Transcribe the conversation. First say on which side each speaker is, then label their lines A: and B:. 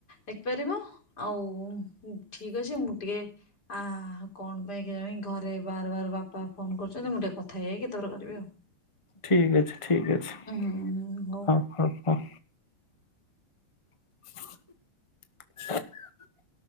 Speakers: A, on the left (about 45°); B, on the left (about 20°).
A: ଦେଖିପାରିବ ଆଉ ଠିକ୍ ଅଛି ମୁଁ ଟିକେ ଆ କଣ ପାଇଁ କେଜାଣି ଘରେ ବାର ବାର ବାପା ଫୋନ କରୁଚନ୍ତି ମୁଁ ଟିକେ କଥା ହେଇଯାଇକି ତାପରେ କରିବି ଆଉ।
B: ଠିକ୍ ଅଛି ଠିକ୍ ଅଛି
A: ଉଁ ହୁଁ ହୁଁ ହଉ।
B: ହଁ ହଁ ହଁ। <unintelligible>